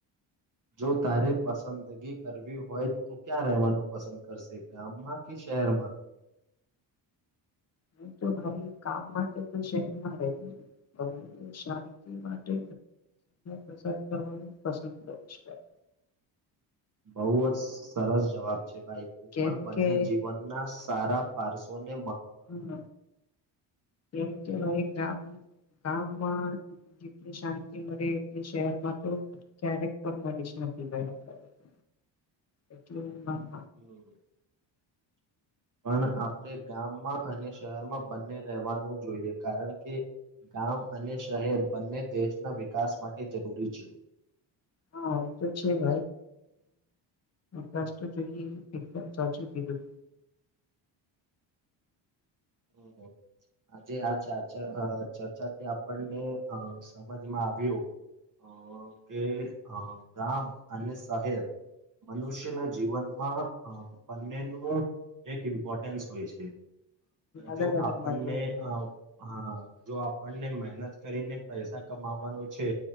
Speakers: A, on the right (about 40°); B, on the left (about 35°).
A: જો તારે પસંદગી કરવી હોય તું ક્યાં રહેવાનું પસંદ કરશે ગામમાં ક કેરમાં
B: હું તો ભાઈ કામ માટે તો શહેરમાં રહીશ પણ શાંતિ માટે પસાર કરવાનું પસંદ કરીાય
A: બહુ જ સરસ જવાબ છે ભાઈ હું
B: કેમ
A: પણ બંને
B: કે
A: જીવનના સારા, પાર્સોને
B: હમ, કેમ કે ગામ ગામમા જેટલી, શાંતિ મળે એટલી શહેરમાં, તો ક્યારેક પણ મળી <unintelligible> એટલેમા
A: <unintelligible> પણ આપણે ગામમાં અને શહેરમાં બંને રહેવાનું જોઈએ, કારણ કે ગામ અને શહેર બંને દેશ દેશના વિકાસ માટે જરૂરી છે.
B: હા, એ તોું જ નહી, ભાઈ તો જોઈએ, એકદમ સાચું કીધું
A: <unintelligible> આજે, આ ચર્ચા ચર્ચાથી આપણને સમજમાં આવ્યું. અ કે ગામ, અને શહેર મનુષ્યના જીવનમાં, બંનેનું એક ઇમ્પોર્ટન્સ હોય છે.
B: અલગ
A: જો,
B: અલગ
A: આપણને
B: મહત્વ
A: હ જો આપને મહેનત કરીને પૈસા કમાવવાનું છે,